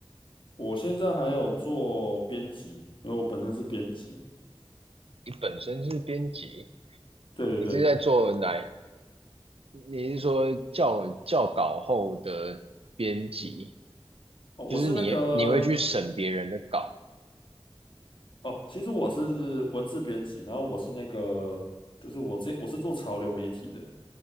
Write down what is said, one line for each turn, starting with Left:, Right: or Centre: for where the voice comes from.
Left: 我现在还有做编辑，因为我本身是编辑。
Right: 你本身是编辑，
Left: 对对对，
Right: 你是在做哪？你是说校校稿后的编辑，
Left: 哦，我是那个
Right: 就是你你会去审别人的稿？
Left: 哦，其实我是文字编辑，然后我是那个就是我这我是做潮流媒体的。